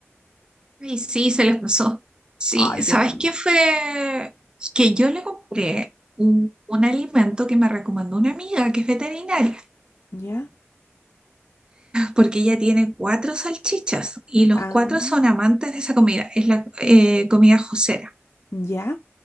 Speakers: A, on the right; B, on the left.
A: Y sí, se les pasó. Sí,
B: Ay,
A: ¿sabes
B: qué bueno.
A: qué fue? Que yo le compré un, un alimento que me recomendó una amiga que es veterinaria.
B: ¿Ya?
A: porque ella tiene cuatro salchichas y los
B: Ah,
A: cuatro son amantes de esa comida, es la eh, comida josera,
B: ¿ya?